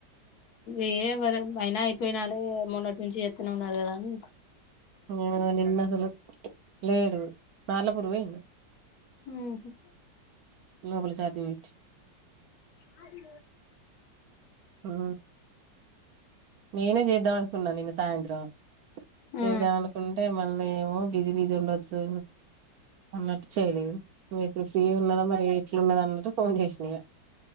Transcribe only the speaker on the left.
ఏ ఎవర అయినా అయిపోయినాడు మొన్నటి నుంచి చేత్తనే ఉన్నారు కదా అ
అని
మాది
ఆ